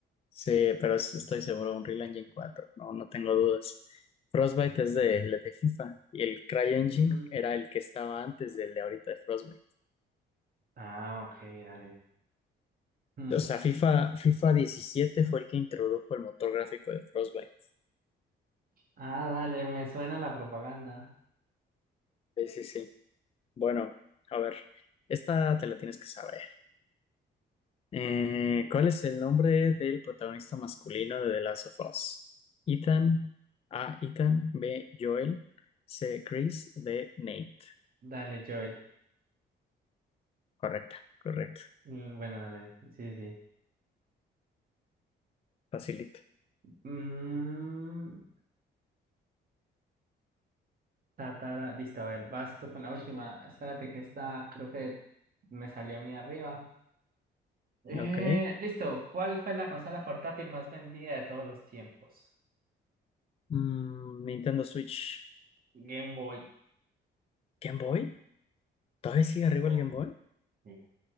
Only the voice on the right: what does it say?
Ujú.
Ah, ok, dale. Hmm.
Ah, dale, me suena la propaganda.
Dale, Joel.
Mm, Bueno, dale. Sí, sí. sí.
Mm, Tatara, listo, a ver, vas tú con la última. Espérate que esta creo que me salió a mí arriba. Eh,
listo, ¿cuál fue la consola portátil más vendida de todos los tiempos?
Game Boy.
Game
Boy.
Sí.